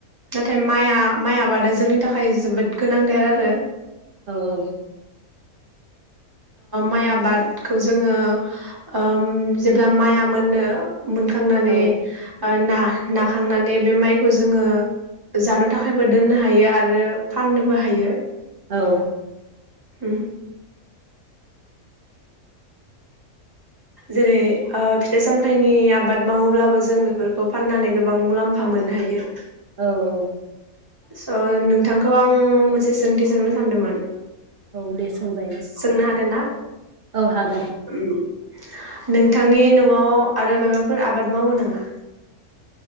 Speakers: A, on the right; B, on the right.
A: नाथाय माइआ माइआ आबादा जोंनि थाखाय जोबोद गोनांथार आरो
B: औ औ
A: माइ आबादखौ जोङो ओम जेब्ला माइआ मोनो मोनखांनानै
B: औ
A: ना नाखांनानै बे माइखौ जोङो जानो थाखायबो दोननो हायो आरो फाननोबो हायो।
B: औ
A: उम जेरै फिथाइ सामथायाइनि आबाद मावोब्लाबो जों बेफोरखौ फाननानै गोबां मुलाम्फा मोननो हायो।
B: औ औ
A: स नोंथांखौ आं मोनसे सोंथि सोंनो सानदोंमोन।
B: औ दे सोंजायो।
A: सोंनो हागोन ना
B: औ हागोन।
A: उम नोंथांनि नआव आरो माबाफोर आबाद मावो नामा?